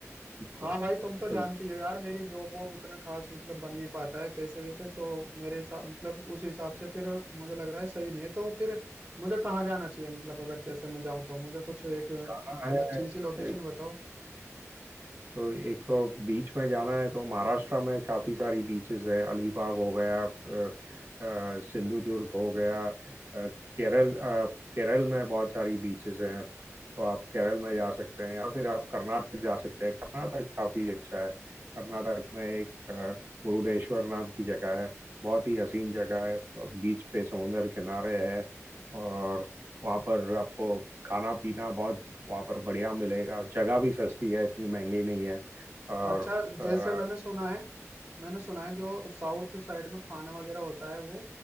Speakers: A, on the right (about 50°); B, on the right (about 30°).
A: बिल्कुल
B: हाँ भाई तुम तो जानती
A: बिल्कुल
B: हो यार मेरी जॉब वॉब उतना खास मतलब बन नहीं पाता है पैसे वैसे तो मेरे हिसाब मतलब उस हिसाब से फिर मुझे लग रहा है सही नहीं है तो फिर मुझे कहाँ जाना चाहिए मतलब अगर जैसे मैं जाऊँ तो मुझे कुछ एक
A: जाना
B: अच्छी
A: है
B: सी लोकेशन बताओ
A: तो एक तो बीच में जाना है तो महाराष्ट्र में काफ़ी सारी बीचेस है अलीबाग हो गया अ, अ, सिंधुदुर्ग हो गया अ, केरल अ, केरल में बहुत सारी बीचेस हैं तो आप केरल में जा सकते हैं या फिर आप कर्नाटक जा सकते हैं कर्नाटक काफ़ी अच्छा है कर्नाटक में एक अ, मुरुडेश्वर नाम की जगह है बहुत ही हसीन जगह है बीच पे समुंदर किनारे है और वहाँ पर आपको खाना पीना बहुत वहाँ पर बढ़िया मिलेगा जगह भी सस्ती है इतनी महंगी नहीं है और
B: अच्छा
A: अ,
B: जैसे मैंने सुना है मैंने सुना है जो साउथ साइड में खाना वगैरह होता है वो